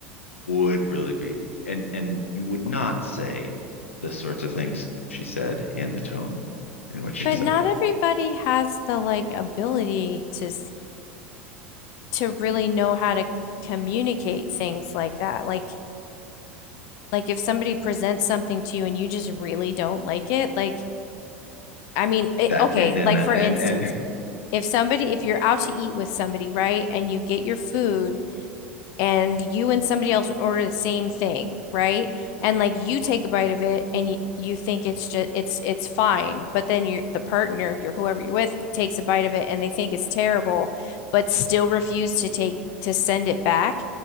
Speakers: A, on the left; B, on the left.
A: would really be and and you would not say the sorts of things she said in the tone in which she
B: But
A: said
B: not
A: them.
B: everybody has the like ability to s- to really know how to communicate things like that. Like Like if somebody presents something to you and you just really don't like it, like I mean, it,
A: That
B: okay,
A: and then
B: like
A: that
B: for
A: and
B: instance,
A: and
B: if somebody if you're out to eat with somebody, right, and you get your food and you and somebody else order the same thing, right? And like you take a bite of it and you, you think it's just it's it's fine, but then your the partner, your whoever you're with takes a bite of it and they think it's terrible, but still refuse to take to send it back.